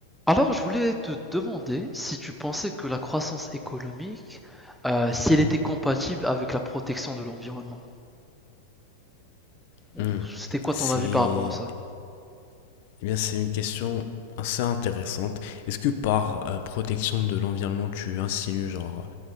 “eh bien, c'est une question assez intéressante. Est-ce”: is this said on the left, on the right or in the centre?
Left